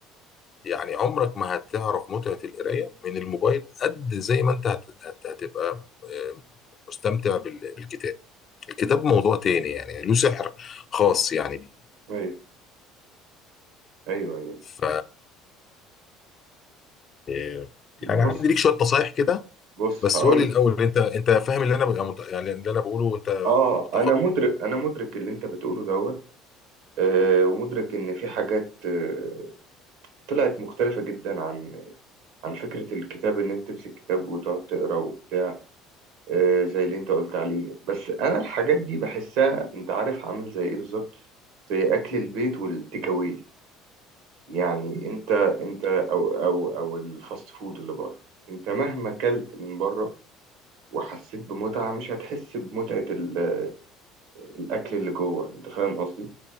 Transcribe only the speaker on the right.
ايوه ايوه ايوه
بص
بص
هقول
اه
انا مدرك انا مدرك اللي انت بتقوله دوت آه ومدرك ان في حاجات آه طلعت مختلفه جدا عن عن فكره الكتاب ان انت تمسك كتاب وتقعد تقرا وبتاع آه، زي اللي انت قلت عليه بس انا الحاجات دي بحسها انت عارف عامل زي ايه بالظبط زي اكل البيت والتيك اواي يعني انت انت او او او الفاست فود اللي بره انت مهما كلت من بره وحسيت بمتعة مش هتحس بمتعة ال- الاكل اللي جوه انت فاهم قصدي